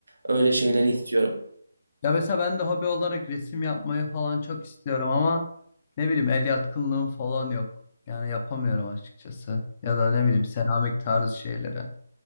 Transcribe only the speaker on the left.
Ya mesela ben de hobi olarak resim yapmayı falan çok istiyorum ama ne bileyim el yatkınlığım falan yok. Yani yapamıyorum açıkçası. Ya da ne bileyim seramik tarzı şeylere.